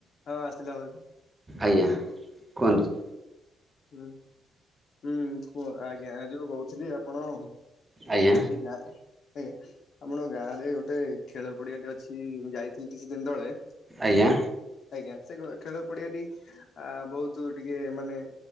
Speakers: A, on the left; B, on the right.
A: ହଁ, ଆସିଲା ବ
B: ଆଜ୍ଞା କୁହନ୍ତୁ।
A: ହୁଁ, ହୁଁ, କୁହ ଆଜ୍ଞା ଯୋଉ କହୁଥିଲି ଆପଣ
B: ଆଜ୍ଞା।
A: ଏ ଗାଁରେ ଆଜ୍ଞା, ଆପଣଙ୍କ ଗାଁରେ ଗୋଟେ ଖେଳ ପଡିଆଟି ଅଛି ମୁଁ ଯାଇଥିଲି କିଛି ଦିନ ତଳେ।
B: ଆଜ୍ଞା।
A: ଆଜ୍ଞା, ସେଇ ଗାଁ ଖେଳ ପଡିଆଟି ଆ ବହୁତ ଟିକେ ମାନେ